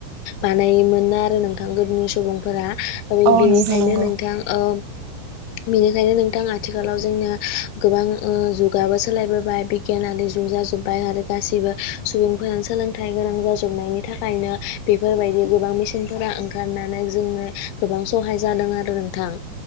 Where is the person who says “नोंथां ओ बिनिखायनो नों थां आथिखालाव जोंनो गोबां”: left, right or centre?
Left